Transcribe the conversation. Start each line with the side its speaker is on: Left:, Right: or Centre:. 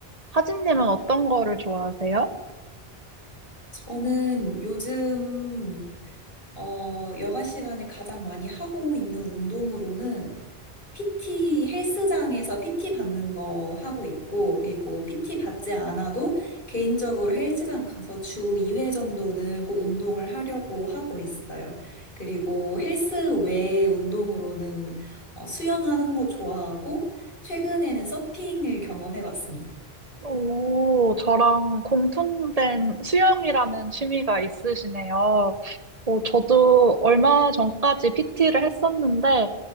Right: 하진님은 어떤 거를 좋아하세요?
Left: 저는 요즘 어, 여가 시간에 가장 많이 하고 있는 운동으로는 PT 헬스장에서 PT 받는 거 하고 있고, 그리고 PT 받지 않아도 개인적으로 헬스장 가서 주 2회 정도는 꼭 운동을 하려고 하고 있어요. 그리고 헬스 외 운동으로는 어, 수영하는 거 좋아하고, 최근에는 서핑을 경험해 봤습니다.
Right: 오, 저랑 공통된 수영이라는 취미가 있으시네요. 어, 저도 얼마 전까지 PT를 했었는데,